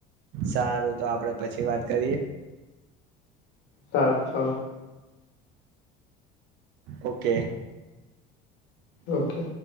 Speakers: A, on the right (about 65°); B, on the left (about 70°).
A: સારું તો આપડે પછી વાત કરીએ
B: સાચ છો
A: ઓકે
B: ઓકે